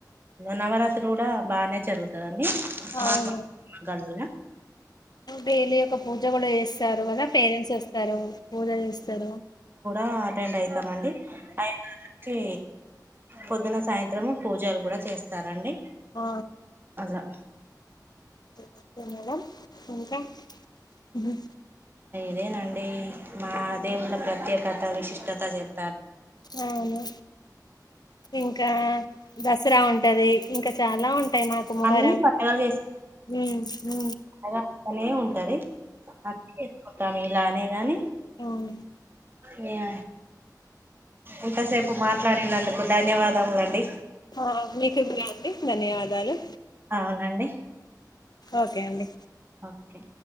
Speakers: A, on the right; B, on the left.
A: నవరాత్రి గూడా బానే జరుగుతదండి అండి
B: అవును
A: మామక్ మా గల్ల
B: డైలీ ఒక పూజ గూడా జేస్తారు గదా పేరెంట్స్ వస్తారు పూజ జేస్తారు
A: ఆ అటెండ్ అయితామండి అయ్యగారు ఒచ్చి పొద్దున సాయంత్రం పూజలు గూడా చేస్తారండి
B: ఆ
A: అలా
B: ఓకే మేడం ఇంకా ఉ
A: అదేనండి మా దేవుళ్ళ ప్రత్యేకత విశిష్టత చెప్
B: అవును ఇంకా దసరా ఉంటది ఇంకా చాలా ఉంటాయి మాకు మొహరం
A: అన్ని పండగలు
B: ఊ ఊ
A: అ అనే ఉంటది అ చేసుకుంటాము ఇలానే గాని
B: అవును
A: మేమ ఇంతసేపు మాట్లాడినందుకు ధన్యవాదములండి
B: ఆ మీకు కూడా అండి ధన్యవాదాలు
A: అవునండి
B: ఓకే అండి
A: ఓకే